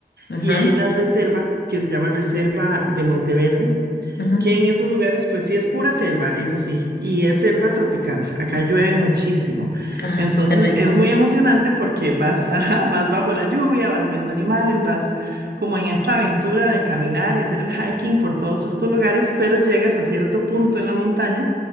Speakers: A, on the left (about 80°); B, on the right (about 75°).
A: Ajá,
B: y hay una reserva que se llama Reserva de Monteverde,
A: ajá.
B: que en esos lugares pues sí es pura selva, eso sí, y es selva tropical, acá llueve muchísimo.
A: Ah,
B: Entonces
A: qué rico.
B: es muy emocionante porque vas, <laughs> ajá, vas bajo la lluvia, vas viendo animales, vas como en esta aventura de caminar y hacer el hiking por todos estos lugares, pero llegas a cierto punto en la montaña